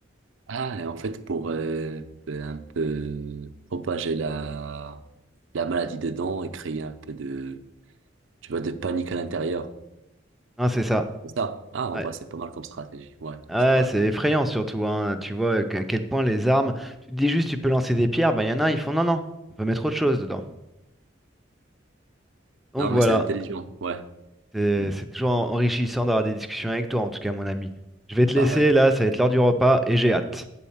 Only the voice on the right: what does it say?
Ah, et en fait, pour euh, euh, un peu propager la, la maladie dedans et créer un peu de, tu vois, de panique à l'intérieur.
C'est ça. Ah, en
vrai, c'est pas mal comme stratégie. Ouais,
c'est vrai.
Non,
mais c'est intelligent. Ouais.
Hmm,
Pareil.